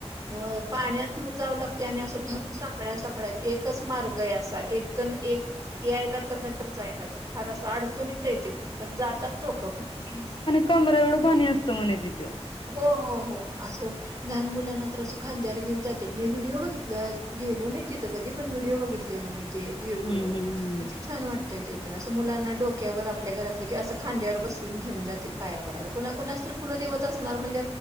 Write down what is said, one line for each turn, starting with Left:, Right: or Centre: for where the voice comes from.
Right: हो पाण्यात न जाव लागते आणि असं धरून साकळ्या साकळ्यात एकच मार्ग आहे असा एक एक यायला तर नाहीतर जायला तर फार असं अडचणीत येते खूप पण जातात लोकं भक्तीस
Left: कमरएवढं पाणी असतं म्हणे तिथं
Right: हो हो हो असं लहान मुलांना तर असं खांजर घेऊन जाते मी व्हिडिओ बघितला गेलो नाही तिथं कधी पण व्हिडिओ बघितलेला मी ते युट्यूब
Left: हम्म
Right: वर
Left: हम्म हम्म
Right: किती छान वाटतय ते तर असं मुलांना डोक्यावर आपल्या घरातले कि असं खांद्यावर बसवून घेऊन जाते पाया पडायला पुन्हा कोणास तर फुलं देवत असणार म्हण